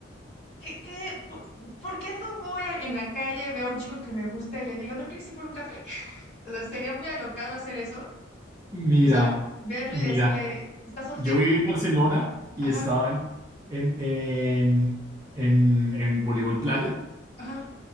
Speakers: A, on the left (about 30°); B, on the right (about 15°).
A: ¿Qué, qué, por, por qué no voy a- en la calle, veo a un chico que me gusta y le digo, ¿no quieres ir por un café? <laughs> O sea, sería muy alocado hacer eso.
B: Mira,
A: O sea, verlo
B: mira,
A: y decirle, ¿estás soltero?
B: yo viví en Barcelona y
A: Ajá,
B: estaban en, en, en, en voleibol playa.
A: ajá,